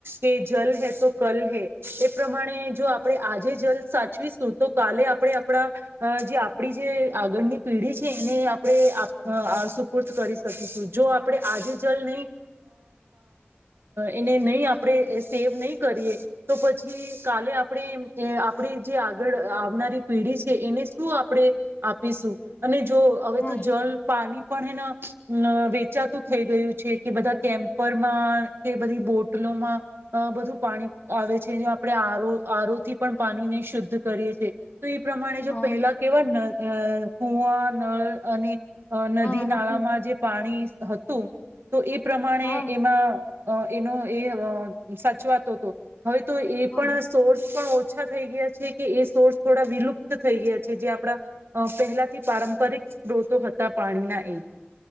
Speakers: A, on the right (about 70°); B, on the left (about 40°).
A: કે જલ હૈ તો કલ હૈ એ પ્રમાણે જો આપણે આજે જલ સાચવીશું તો કાલે આપણે આપણા જે આપણી જે આગળની પેઢી છે એને આપણે આપડે આપણે સુપૂર્ત કરીશ શું જો આપણે આજે જલ નહી એને નહી અ વા અ આપણે સેવ નહી કરીએ તો પછી કાલે આપણે આપડી જે આગળ આવનારી પેઢી છે એને શું આપણે આપીશું અને જો હવે
B: હા
A: તો જલ પાણી પણ એના અ વેચાતું થઈ ગયું છે કે બધા કેમ્પરમાં કે બધી બોટલોમાં અ બધું પાણી આવે છે આપણે આરો આરોથી પણ પાણીને શુદ્ધ કરીએ છે તો એ પ્રમાણે
B: હા
A: જો પહેલા કેવા અ કૂવા નળ અને અ નદી
B: હા
A: નાળામાં
B: એનાથી
A: જે હતું તો એ પ્રમાણે
B: હા
A: એમાં અ એનો એ અ સાચવાતો તો હવે તો એ પણ
B: હા
A: સોર્સ પણ ઓછા થઈ ગયા છે કે એ સોર્સ થોડા વિલુપ્ત થઈ ગયા છે જે આપણા અ પહેલાથી પારંપરિક સ્ત્રોતો હતા પાણીના એ